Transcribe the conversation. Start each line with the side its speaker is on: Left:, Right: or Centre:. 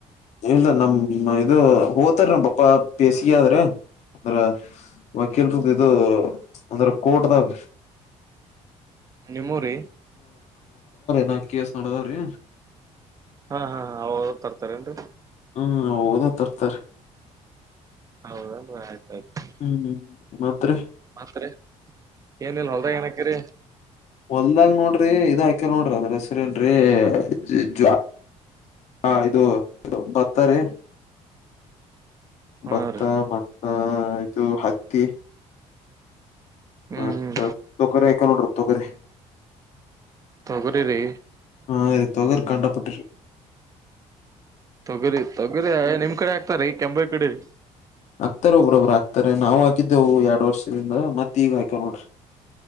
Left: ಇಲ್ಲ ನಮ ಇದು ಹೋತಾರ ನಮ್ಮ ಪಾಪಾ ಬೇಸಿಗೆ ಆದ್ರೆ ಅಂದ್ರ ಮಕಲ್ರು ಇದು ಅಂದ್ರೆ ಕೋಟದಾಗ
Right: ನಿಮರಿ
Left: ನಾ ಕ ಎಸ್ ನೋಡದಾವ್ರೀ
Right: ಹಾ ಹಾ ಹ ಅವ ತರ್ತಾರೇನ್ರಿ
Left: ಹ್ಮ್ ಹಓದ ತರ್ತರಿ
Right: ಹೌದ ಆಯ್ತಯ್ತ
Left: ಹ್ಮ್ ಮತ್ರಿ
Right: ಮತ್ರಿ ಏನ ಇಲ್ಲ ಹೊಲ್ದಾಗ ಏನಕ್ರರಿ
Left: ಹೊಲ್ದಾಗ ನೋಡ್ರಿ ಇದ ಹಾಕ್ಯಲ್ ನೋಡ್ರಿ ಅದ್ರ ಹೆಸ್ರ ಏನ್ರರಿ ಜ ಹಾ ಇದು ಭತ್ತರಿ
Right: ಹಾ
Left: ಭತ್ತ
Right: ರೀ
Left: ಮತ್ತ ಇದು ಹತ್ತಿ
Right: ಹ್ಮ್
Left: ಮತ್ತ
Right: ಹ್ಮ್
Left: ತೊಕರಿ ಹಾಕೇವಿ ನೋಡ್ರಿ ತೊಗರಿ
Right: ತೊಗರಿರಿ
Left: ಹಾ ರೀ ತೊಗರಿ ಕಂಡಾಪಟ್ಟೆ
Right: ತೊಗರಿ ತೊಗರಿ ಏ ನಿಮ್ ಕಡೆ ಆಗ್ತಾರೀ ಕೆಂಬೈ ಕಡೆರೀ
Left: ಆಕ್ತಾರ ಒಬ್ರೊಬ್ರ ಆಕ್ತಾರೆ ನಾವು ಹಾಕಿದ್ದೇವು ಎರಡ್ ವರ್ಷದಿಂದ ಮತ್ತ ಈಗ ಹಾಕೇವ್ ನೋಡ್ರಿ